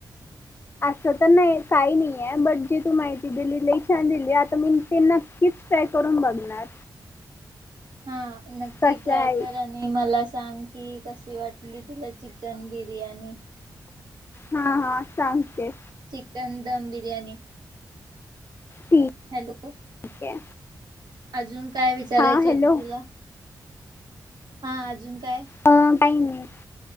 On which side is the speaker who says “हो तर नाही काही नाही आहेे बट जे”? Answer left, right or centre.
Left